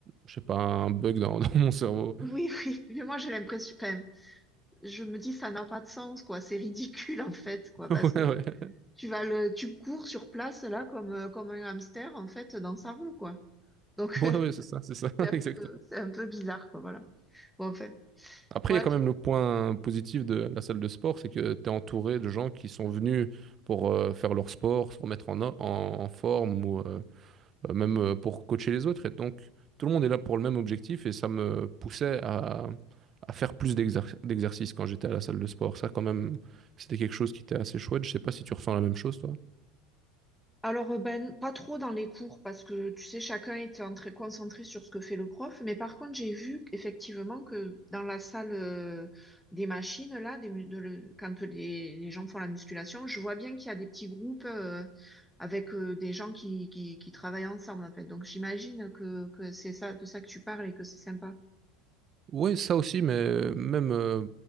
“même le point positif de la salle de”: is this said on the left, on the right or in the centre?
Right